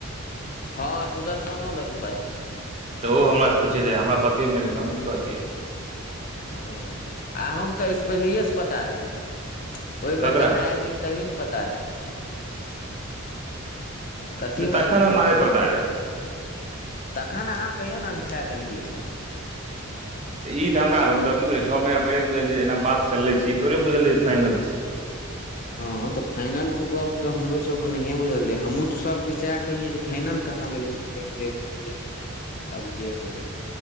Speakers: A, on the left (about 40°); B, on the right (about 30°).
A: हँ सुदर्शन न लगन ब
B: तऽ ओ हमासँ पूछे रह हमरा पते नहि रहै तऽ हम की कहतियै
A: ओ अहूँके तऽ ए सऽ पलए से पता रहे है ओहि बेर
B: ककरा
A: जब आहाँ आयल रहिय तही मे पता रहै कथीमे
B: तखन
A: आयल रहियै
B: हमरा
A: ओहिसँ
B: नहि
A: पहिले
B: पता रहै
A: तखन अहाँ कहियौ ने अंढाय देलियै हम
B: त ई त हमरा छ महिना पहिे बुझ जेना बात चले छै ई थोड़े बुझल फाइनल छै
A: हँ तऽ फाइनलके गप्प तऽ हमरोसभके नहिए बुझल रहै हमहूँ तऽ सभके सएह कहियै जे फाइनल कहाँ भेलैन देख देख छी आब जे होइ